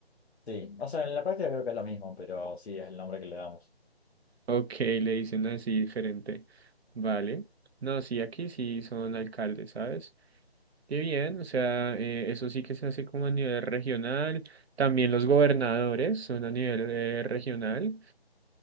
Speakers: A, on the left; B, on the right.
A: Sí, o sea, en la práctica creo que es lo mismo, pero sí es el nombre que le damos.
B: Ok, le dicen así diferente. Vale. No, sí, aquí sí son alcaldes, ¿sabes? Qué bien, o sea, eh, eso sí que se hace como a nivel regional. También los gobernadores son a nivel eh, regional.